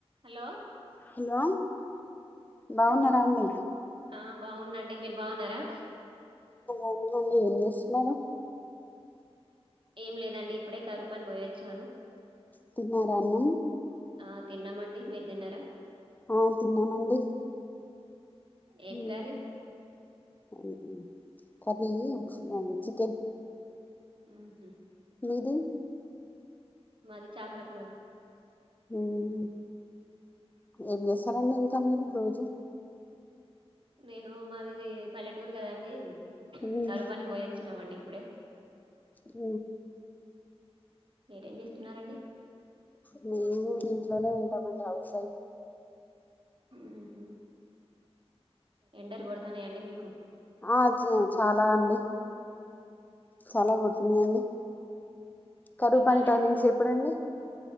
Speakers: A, on the right; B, on the left.
A: Hello
B: hello బాగున్నారండి
A: ఆ బాగుంనండి మీరు బాగున్నారా
B: అవునండి ఏం చేస్తున్నరు
A: ఏం లేదండి ఇప్పుడే కరుప్పన్ బోయొచ్చాను
B: తిన్నారా అన్నం
A: ఆ తిన్నామండి మీర్ తిన్నారా
B: ఆ తిన్నామండి
A: ఏం
B: ఊ
A: కర్రీ
B: అమ్ కర్రీ చ్ చికెన్
A: ఊహు
B: మీది
A: మాది చాపలా కూరా
B: ఉమ్ ఏం చేస్తారండీ ఇంకా మీరు రోజు
A: నేను మాది పల్లెటూరు కదాండి
B: ఉమ్,
A: కరువు పనికి పోయిచ్చినామండి. ఇప్పుడే
B: ఊ
A: మీరేం చేస్తున్నారండి
B: మేము ఇంట్లోనే ఉంటామండి హౌస్ వైఫ్
A: ఊహు ఎండలు కొడతానాయా అండి మీకు
B: ఆ చ్చ చాలా అండి చాలా కొడుతున్నాయండి. కరువు
A: మీ
B: పని
A: పల్లె
B: టైమింగ్స్ ఎప్పుడండి.